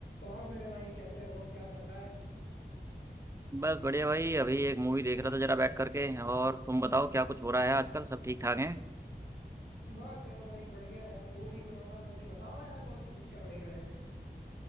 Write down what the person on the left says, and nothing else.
और मेरे भाई कैसे हो क्या चल रहा है
बस यार भाई बढ़िया यार बोर ही हो रहा था मैं भी बताओ ना यार कौन सी पिक्चर देख रहे थे